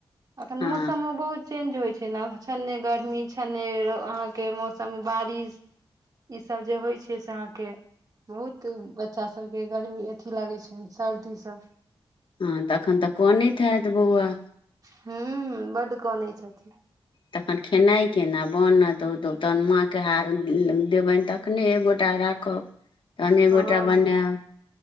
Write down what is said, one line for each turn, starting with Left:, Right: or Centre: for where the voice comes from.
Right: अखन
Left: हँ
Right: मौसम म बहुत चेंज होय छै न छन्न्हे गरमी छन्न्हे अहाँके मौसम मे बारिश ई सब जे होइ छै से अहाँके बहुत बच्चा सब के गरमी अथी लागै छै सर्दीसँ
Left: हँ तऽ अखन तऽ कनैत हाएत बौआ
Right: हू बड कानै छथिन
Left: तखन खेनाइ केना बनत तऽ तहन माँके देबैन तखने एक गोटा राखब तन एक
Right: हँ
Left: गोटा बएब